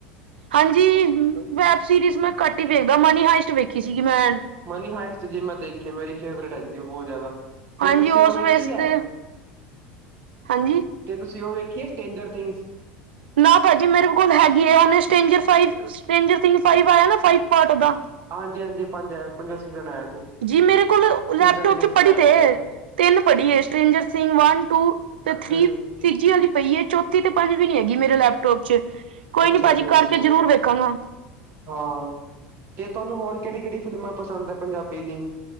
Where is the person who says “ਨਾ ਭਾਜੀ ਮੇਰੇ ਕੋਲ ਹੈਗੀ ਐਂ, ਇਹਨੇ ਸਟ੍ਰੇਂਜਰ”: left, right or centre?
Right